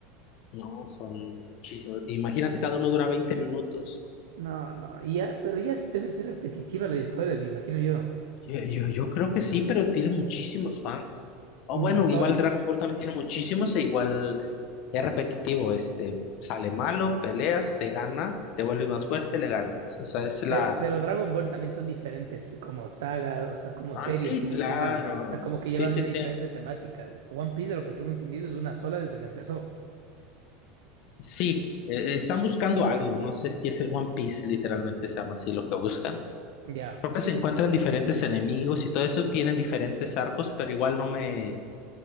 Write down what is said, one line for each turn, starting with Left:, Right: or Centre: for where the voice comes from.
Left: No, son muchísimos. Imagínate, cada uno dura 20 minutos.
Right: No, no, y ya, pero ya s- deben ser repetitivas las historias, me imagino yo.
Left: Yo, yo, yo creo que sí, pero tiene muchísimos fans. O
Right: Un
Left: bueno,
Right: montón.
Left: igual Dragon Ball también tiene muchísimos e igual es repetitivo, este, sale malo, peleas, te gana, te vuelves más fuerte, le ganas. O sea, es la...
Right: Pero, pero Dragon Ball también son diferentes como saga, o sea, como
Left: Ah,
Right: series,
Left: sí,
Right: si no
Left: claro.
Right: estoy mal. O sea, como
Left: Sí,
Right: que llevan
Left: sí,
Right: una
Left: sí.
Right: diferente temática. One Piece, de lo que tengo entendido, es una sola desde que empezó.
Left: Sí, eh, están buscando algo, no sé si es el One Piece, literalmente se llama así lo que buscan.
Right: Ya,
Left: Creo que se encuentran diferentes enemigos y todo eso, tienen diferentes arcos, pero igual no me,